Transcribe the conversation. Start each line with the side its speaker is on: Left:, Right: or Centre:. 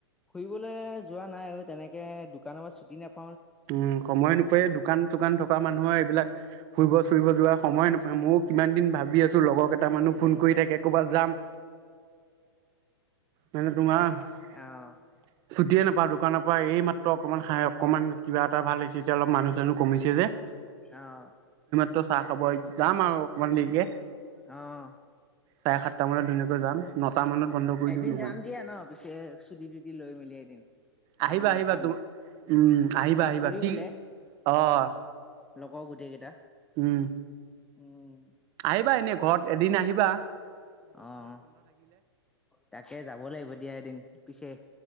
Centre: ফুৰিবলে যোৱা নাই ঐ, তেনেকে দোকানৰ পৰা ছুটি নেপ
Right: উম সময় নোপোৱা দোকান চোকান থকা মানুহৰ এইবিলাক ফুৰিব চুৰিব যোৱাৰ সময় নাপায়, মইও কিমান দিন ভাবি আছো লগৰ কেইটা মানো
Centre: উম।
Right: ফোন কৰি থাকে ক'ৰবাত যাম। মানে তোমাৰ
Centre: তাকে
Right: চুটিয়ে
Centre: অহ
Right: নাপালো। দোকানৰ পৰা এই মাত্ৰ অকণমান সাই অকণমান কিবা এটা ভাল হৈছে, এতিয়া অলপ মানুহ চানুহ কমিছে যে।
Centre: অঁ।
Right: ত চাহ খাব আহিছোঁ, যাম আৰু অকমান দেৰিকে।
Centre: অঁ।
Right: চাৰে সাতটা মানত। <unintelligible> নটা মানত বন্ধ কৰি
Centre: এদিন
Right: দিওঁ দোকান
Centre: যাম দিয়া ন' পিছে, চুটি তুতি লৈ মেলি এদিন।
Right: আহিবা-আহিবা,
Centre: কাম কাম
Right: তু উম, আহিবা-আহিবা
Centre: ন ফুৰিবলে
Right: কি, অ'।
Centre: লগৰ গোটেই কেইটা।
Right: উম।
Centre: উম।
Right: আহিবা এনে ঘৰত এদিন আহি <unintelligible>
Centre: অ', তাকে যাব লাগিব দিয়া এদিন পিছে।